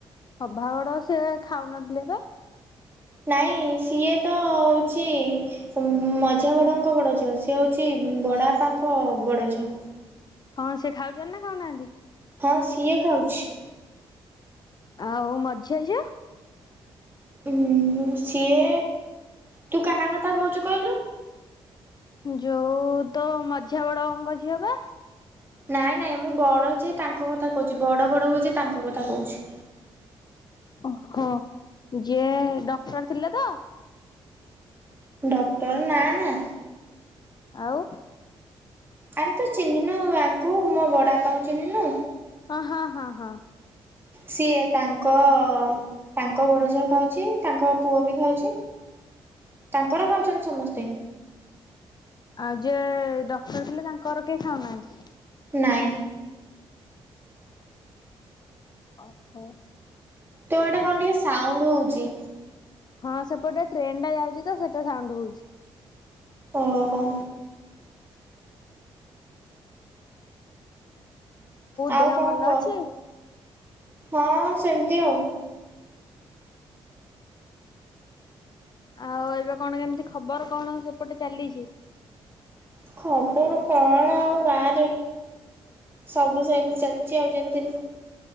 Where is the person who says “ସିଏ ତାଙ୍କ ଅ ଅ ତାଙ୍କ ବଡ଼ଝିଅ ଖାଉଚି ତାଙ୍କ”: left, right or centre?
Right